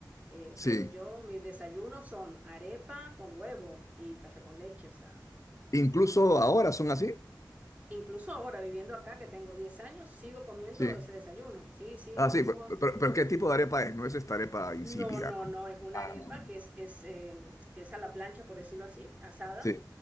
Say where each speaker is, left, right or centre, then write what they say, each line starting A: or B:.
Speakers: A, on the right; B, on the left.
A: Eh,
B: sí.
A: pero yo, mis desayunos son arepa con huevo y café con leche, o sea,
B: Incluso ahora son así,
A: incluso ahora viviendo acá que tengo 10 años, sigo comiendo
B: sí.
A: ese desayuno, sí, sí,
B: Ah,
A: no,
B: sí,
A: no puedo.
B: pero, pero- pero ¿qué tipo de arepa es? No es esta arepa
A: N-
B: insípida,
A: No, no,
B: ¿no?
A: no, es una
B: Ah,
A: arepa
B: no.
A: que es, es, eh, que es a la plancha, por decirlo así, asada
B: Sí.